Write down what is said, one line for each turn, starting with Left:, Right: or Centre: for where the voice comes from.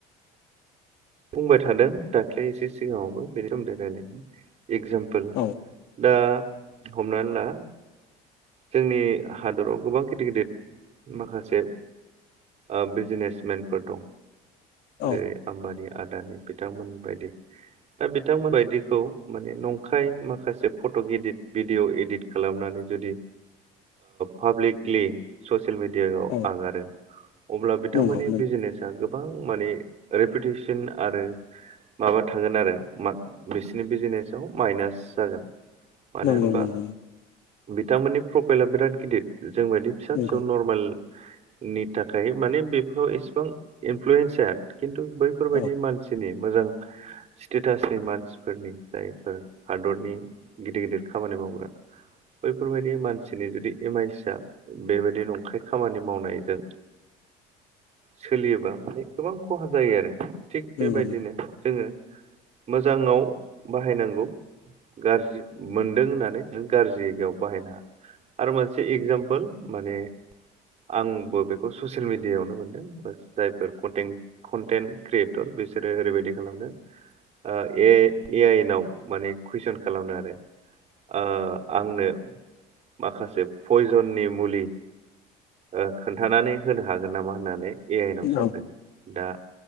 Right: बुंबाय थादों दाख्लै एसे सिगाङावबो बेनि सोमोन्दै रायलायनो एकजामपोल
Left: औ
Right: दा हमनानै ला जोंनि हादराव गोबां गिदिर गिदिर माखासे ओ बिजनेसमेनफोर दं
Left: औ
Right: जेरै आम्बानिया दानि बिथांमोन बायदि दा बिथांमोन बायदिखौ माने नंखाय माखासे फट' इदिट, भिडिअ' इदित खालामनानै बेबादि पाब्लिकलि ससियेल मिडिया इयाव
Left: औ
Right: आगारो अब्ला बिथांमोननि
Left: नंगौ
Right: बिजनेसा गोबां मानेे रेपिथिस थिन आरो माबा थागोन आरो मा बिसिनि बिजिनेसआव माइनास जागोन। मानो
Left: नंगौ
Right: होनबा
Left: नंगौ।
Right: बिथांमोननि प्रफाइला बिराद गिदिर जोंबायादि फिसा फिसौ
Left: नंगौ
Right: नरमेल नि थाखाय माने बेफोराव इसेबां इनफ्लुयेन्स जाया खिन्थु बेफोरबायदि
Left: औ
Right: मानसिनि मोजां स्टेटासनि मानसिफोरनि जायफोर हादरनि गिदिर गिदिर खामानि मावग्रा बैफोरबायदि मानसिनि जुदि एम आइ सि या बेबायदि नंखाय खामानि मावनायजों सोलियोबा माने गोबां खहा जायो आरो थिग
Left: नंगौ
Right: बेबायदिनो जोङो मोजाङाव बाहायनांगौ गाज्रि मोनदों होननानै जों गाज्रि आव बाहाय नाङा आरो मोनसे एगजामपोल माने आंबो बेखौ ससियेल मिडियाायावनो मोनदों जायफोर कन्टेन्ट कन्टेन्ट क्रियेटर बिसोरो ओरैबायदि खालामदों ओ ए आइ ए आइ नाव माने कुइसन खालामनो आरो ओ आंनो माखासे पयजननि मुलि ओ खोन्थानानै होनो हागोन नामा होननानै ए आइ नाव सोंदों
Left: औ
Right: दा